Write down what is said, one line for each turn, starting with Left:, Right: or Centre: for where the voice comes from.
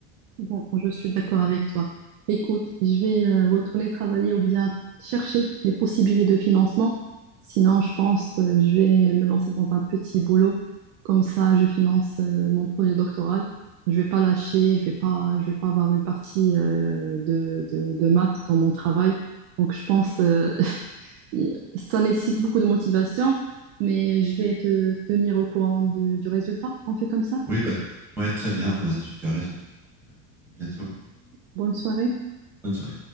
Right: Bon, je suis d'accord avec toi. Écoute, je vais euh, retourner travailler ou bien chercher les possibilités de financement. Sinon, je pense euh, je vais me lancer dans un petit boulot. Comme ça, je finance euh, mon projet doctoral. Je vais pas lâcher, je vais pas, je vais pas avoir une partie euh, de, de, de maths dans mon travail. Donc, je pense euh, <laughs> ça nécessite beaucoup de motivation, mais je vais te tenir au courant de- du résultat. On fait comme ça.
Centre: Oui, bah ouais, très bien, Bah, tu, tu as raison en tout cas. Ouais, À bientôt.
Right: Bonne soirée.
Centre: Bonne soirée.